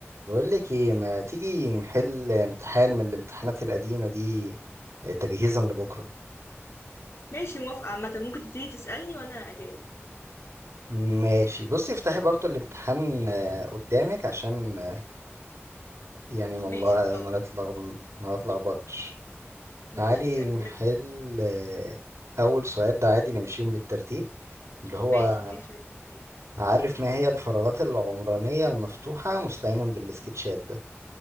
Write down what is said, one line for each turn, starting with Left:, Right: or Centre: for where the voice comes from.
Right: بقول لك ايه ما تيجي نحل امتحان من الامتحانات القديمة دي آه، تجهيزا لبكرة
Left: ماشي موافقة عامة ممكن تبتدي تسألني وأنا أجاوب
Right: ماشي بصي افتحي برضو الامتحان آه، قدامك عشان آه، يعني ما الله-
Left: ماشي خلاص
Right: ما نتلغ- ما نتلخبطش
Left: ماشي
Right: تعالي
Left: اعتبرني
Right: نحل آه، اول سؤال ده عادي نمشيهم بالترتيب اللي هو
Left: ماشي نمشي بالترتيب
Right: عارف ما هي الفراغات العمرانية المفتوحة مستعينا بالسكتشات ده